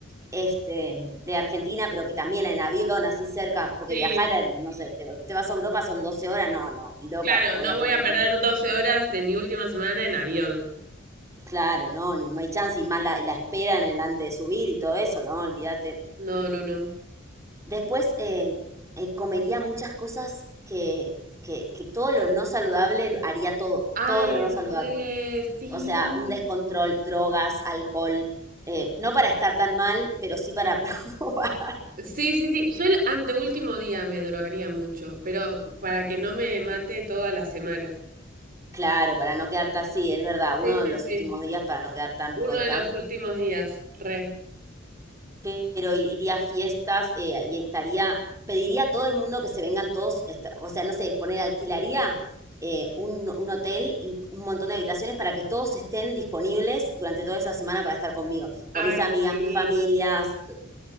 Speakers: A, on the right; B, on the right.
A: este, de Argentina, pero que también en avión, así cerca, porque
B: Sí,
A: viajar, eh, no sé, te, te vas a Europa son 12 horas, no, no, ni loca,
B: claro,
A: no
B: no
A: voy a
B: voy
A: perder
B: a perder 12 horas de mi última semana en avión.
A: Claro, no, ni, no hay chance, y más la, la espera en el antes de subir y todo eso, no, olvídate.
B: No, no, no.
A: Después eh, eh, comería muchas cosas que, que, que todo lo no saludable lo- haría todo, todo
B: Ay,
A: lo no saludable.
B: re, sí.
A: O sea, un descontrol, drogas, alcohol, eh, no para estar tan mal, pero sí para <laughs> probar.
B: Sí, sí, sí. Yo el anteúltimo día me drogaría mucho, pero para que no me mate toda la semana.
A: Claro, para no quedarte así, es verdad,
B: Sí,
A: uno
B: sí,
A: de los
B: sí.
A: últimos días para no quedar tan
B: Uno
A: rota.
B: de los últimos días, re.
A: pero iría a fiestas eh, y estaría, pediría a todo el mundo que se vengan todos, esta- o sea, no sé, poner, alquilaría eh, un, un hotel y un montón de habitaciones para que todos estén disponibles durante toda esa semana para estar conmigo, con
B: Ay,
A: mis amigas,
B: sí.
A: mis familias y, to-